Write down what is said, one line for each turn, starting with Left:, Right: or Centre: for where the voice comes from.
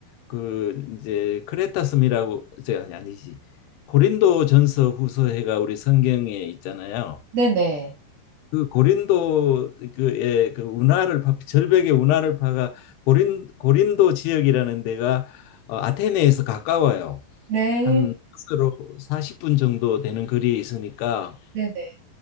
Left: 그 이제 크레타 섬이라고 이제 아니 아니지 고린도 전서 후서해가 우리 성경에 있잖아요.
Right: 네네.
Left: 그 고린도 그의 그 운하를 파, 절벽의 운하를 파가 고린 고린도 지역이라는 데가 어, 아테네에서 가까워요.
Right: 네.
Left: 한 버스로 40분 정도 되는 거리에 있으니까
Right: 네네.